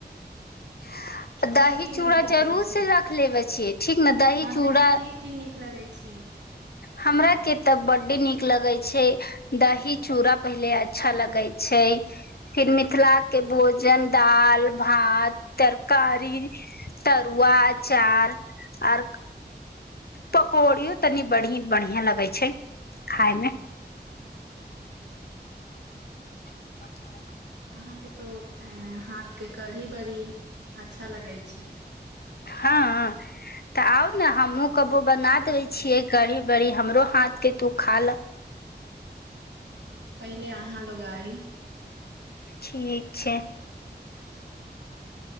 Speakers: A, on the left (about 60°); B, on the right (about 85°).
A: <inaudible>
B: की
A: दही
B: की
A: चूड़ा
B: नीक लगै
A: जरूर
B: छै
A: से रख लेबे छियै ठीक ने दही
B: अहाँके
A: चूड़ा
B: की की नीक लगै छै
A: हमरा के तऽ बड्डे नीक लगे छै दही चूड़ा पहिले अच्छा लगै छै फिर मिथिला के भोजन दाल भात तरकारी तरुआ आचार आर पकौड़ियो तनि बढ़ी बढ़ियां लगे छै खाय मे
B: हँ
A: <unintelligible>
B: अहां के तो हाथ के कढ़ी बड़ी अच्छा लगे छै
A: हँ तऽ आउ ने हमहहुँ कबो बना दै छियै कड़ी बड़ी हमरो हाथ के तू खा ल
B: नैहि पहिले अहाँ लोगा आइ
A: ठीक छै